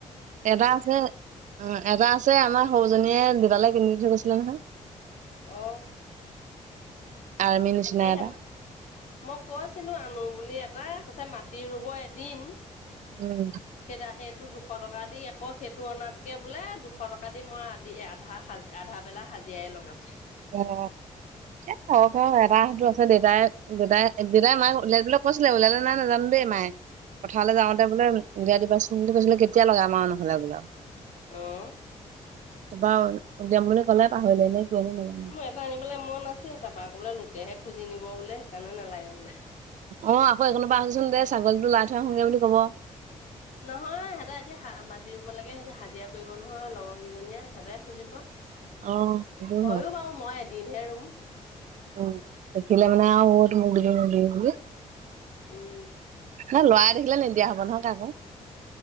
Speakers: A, on the right; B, on the left.
A: এটা আছে। অঁ এটা আছে আমাৰ সৰুজনীয়ে দুটালে কিনি দি থৈ গৈছিলে নহয়।
B: অ।
A: আৰ্মি নিচিনা
B: তাকেহে
A: এটা
B: উম মই কৈছিলো আনো বুলি এটা, কৈছে মাটি ৰুব এদিন।
A: উম।
B: সেইতা সেইটো দুশ টকা দি আকৌ সেইটো অনাতকে বোলে দুশ টকা দি মই আদি আধা হা আধা বেলা হাজিৰাই লগাম।
A: অঁ। এ খৰ এটা সেইটো আছে দেউতাই দেউতাই দেউতাই মাক ওলাই দিবলৈ কৈছিলে উলিয়ালে নে নাই নাজানো। দেই মাই, পথাৰলৈ যাওঁতে বোলে উলিয়াই দিবা সোণ বুলি কৈছিলে কেতিয়া লগাম আৰু নহ'লে বোলে আও।
B: উম।
A: তোপা উলিয়াম বুলি কলে, পাহৰিলে নে কিয়ে নে নাজানো।
B: মোৰ এটা আনিবলৈ মন আাছিল, তাৰপা আকৌ বোলে লোকেহে খুজি নিব বোলে, সেইকাৰণে নালাগে বোলে।
A: অ', আকৌ একণৰ পৰা আহোঁচোন দে, ছাগলীটো লৰাই থৈ আহোঁগে বুলি ক'ব।
B: নহয় সিহঁতে এতিয়া হা-মাতি ৰুব লাগে, সিহঁতে হাজিৰা কৰিব নহয়, লগৰ কেইজনীয়ে, সিহঁতে। খুজিব। হইয়ো
A: অ সেইটো হয়
B: বাৰু মই এদিনহে ৰুম।
A: উম, দেখিলে মানে আৰু <unintelligible> <unintelligible> <unintelligible> বুলি।
B: উম।
A: নাই ল'ৰাই দেখিলে নিদিয়া হ'ব নহয় কাকো।